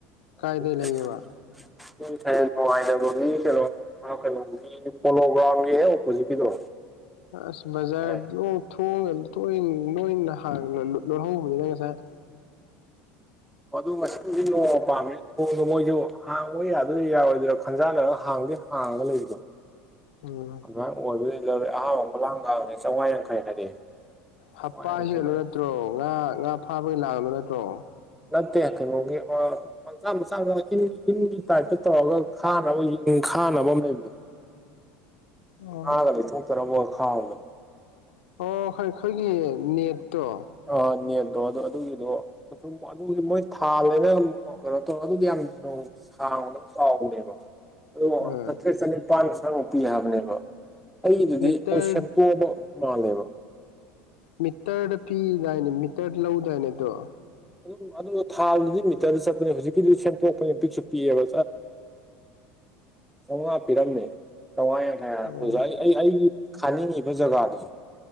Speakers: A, in the centre; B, on the left.
A: <unintelligible>
B: ꯀꯥꯏꯗꯩ ꯂꯩꯌꯦꯕ
A: ꯄꯣꯂꯣꯒ꯭ꯔꯥꯎꯟꯒꯤ ꯍꯦꯛ ꯑꯣꯄꯣꯖꯤꯠꯀꯤꯗꯣ
B: ꯑꯁ ꯕꯖꯥꯔꯣꯡꯣꯏ
A: ꯍꯥꯏꯇꯥꯔꯦ
B: ꯇꯣꯏꯅ ꯂꯣꯏꯅ ꯍꯥꯡ ꯂꯣꯜꯍꯧꯕꯅꯤꯅ ꯉꯁꯥꯏ
A: ꯑꯣ ꯑꯗꯨ ꯃꯁꯤꯡꯗꯨꯗꯤ ꯅꯣꯡꯃ ꯄꯥꯝꯃꯦ ꯊꯣꯡꯗꯣ ꯃꯣꯏꯁꯨ ꯍꯥꯡꯕ ꯌꯥꯗꯣꯏ ꯌꯥꯔꯣꯏꯗꯣꯏꯔꯥ ꯈꯟꯖꯥꯟꯅꯔꯒ ꯍꯥꯡꯗꯤ ꯍꯡ ꯍꯥꯡꯉꯒ ꯂꯩꯕꯗꯣ
B: ꯎꯝ
A: ꯑꯗꯨꯃꯥꯏ ꯑꯣꯏꯕꯗꯩ ꯂꯧꯔꯦ ꯑꯍꯥꯟꯕ ꯈꯨꯂꯥꯡ ꯈꯥꯡꯅꯦ ꯆꯧꯉꯥꯌꯥꯡꯈꯩ ꯍꯥꯏꯔꯛꯑꯦ ꯆꯥꯝꯃꯉꯥ
B: ꯍꯞꯄꯥꯁꯤ
A: ꯌꯥꯡꯈꯩ
B: ꯀꯩꯅꯣ
A: ꯂꯧꯔꯦ
B: ꯅꯠꯇ꯭ꯔꯣ ꯉꯥ ꯉꯥ ꯐꯥꯕꯒꯤ ꯂꯥꯡꯅꯨ ꯅꯠꯇ꯭ꯔꯣ
A: ꯅꯠꯇꯦ ꯀꯩꯅꯣꯒꯤ ꯑ ꯃꯆꯥ ꯃꯆꯥ ꯏꯤꯟ ꯏꯤꯟꯒꯤ ꯇꯥꯏꯞꯇ ꯇꯧꯔꯒ ꯈꯥꯅꯕ ꯈꯥꯅꯕ ꯑꯃ ꯂꯩꯕꯗꯣ
B: ꯑꯣ
A: ꯉꯥ ꯒꯗꯣ ꯊꯣꯛꯇꯅꯕꯥ ꯈꯥꯕꯗꯣ
B: ꯑꯣ ꯈꯣꯏ ꯈꯣꯏꯒꯤ ꯅꯦꯠꯇꯣ
A: ꯑ ꯅꯦꯟꯗꯣ ꯑꯣ ꯑꯗꯨꯒꯤꯗꯣ ꯑꯗꯨꯗꯤ ꯃꯣꯏ ꯊꯥ ꯂꯩꯅ ꯀꯩꯅꯣ ꯇꯧꯔ ꯑꯗꯨꯗꯤ ꯌꯥꯝ ꯍꯥꯎ ꯍ ꯁ ꯎꯕ ꯑꯗ
B: ꯑꯥ
A: ꯆꯥꯇ꯭ꯔꯦꯠ ꯆꯅꯤꯄꯥꯟꯁꯥꯡꯃ ꯄꯤ ꯍꯥꯏꯕꯅꯦꯕ ꯑꯩꯗꯨꯗꯤ
B: ꯃꯤꯇꯔ
A: ꯃꯣꯏ ꯁ ꯁꯦꯝꯗꯣꯛꯑꯕ ꯃꯥ ꯂꯩꯕ
B: ꯃꯤꯇꯔꯗ ꯄꯤꯗꯥꯏꯅꯦ ꯃꯤꯇꯔ ꯂꯧꯗꯥꯏꯅꯦ ꯑꯗꯣ
A: ꯑꯗꯨꯝ ꯑꯗꯨꯒ ꯊꯥꯗꯨꯗꯤ ꯃꯤꯇꯔꯗ ꯆꯠꯄꯅꯦ ꯍꯧꯖꯤꯛꯀꯤꯗꯤ ꯁꯦꯝꯗꯣꯛꯄꯅꯦ ꯄꯤꯛꯁꯨ ꯄꯤꯛꯑꯦꯕ ꯆꯧꯉꯥ ꯄꯤꯔꯝꯃꯦ ꯆꯧꯉꯥ ꯌꯥꯡ ꯑꯦ
B: ꯑꯣ
A: ꯑꯣꯖꯥ ꯑꯩ ꯑꯩ ꯑꯩꯒꯤ ꯈꯥꯅꯤꯡꯉꯤꯕ ꯖꯒꯥꯗꯣ